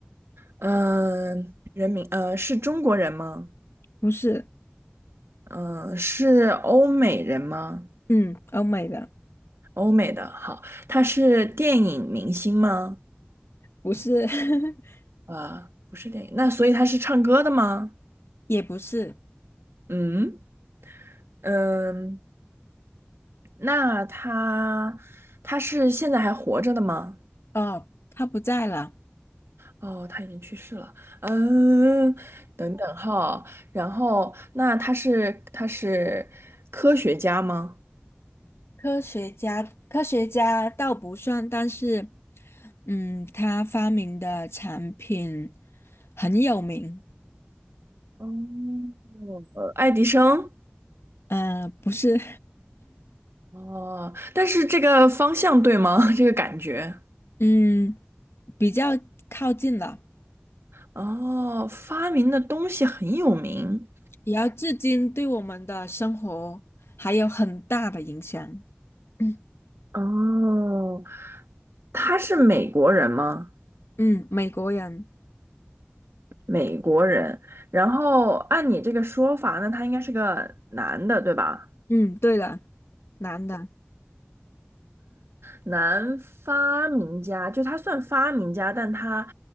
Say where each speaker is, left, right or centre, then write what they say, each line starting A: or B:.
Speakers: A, on the right; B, on the left.
A: 嗯、人名，呃，是中国人吗？
B: 不是，
A: 嗯、是欧美人吗？
B: 嗯，欧美的，
A: 欧美的，好。他是电影明星吗？
B: 不是，<laughs>
A: 啊、不是电影。那所以他是唱歌的吗？
B: 也不是。
A: 嗯，嗯、那他他是现在还活着的吗？
B: 哦，他不在了。
A: 哦，他已经去世了。嗯，等等哈，然后那他是他是科学家吗？
B: 科学家，科学家倒不算，但是，嗯，他发明的产品很有名。
A: 哦，呃，爱迪生。
B: 嗯、不是，
A: 哦，但是这个方向对吗？<laughs> 这个感觉。
B: <laughs> 嗯，比较靠近了。
A: 哦，发明的东西很有名。
B: 也要至今对我们的生活还有很大的影响。嗯
A: 哦，他是美国人吗？
B: 嗯美国人，
A: 美国人。然后按你这个说法，那他应该是个男的，对吧？
B: 嗯，对的，男的，
A: 男发明家，就他算发明家，但他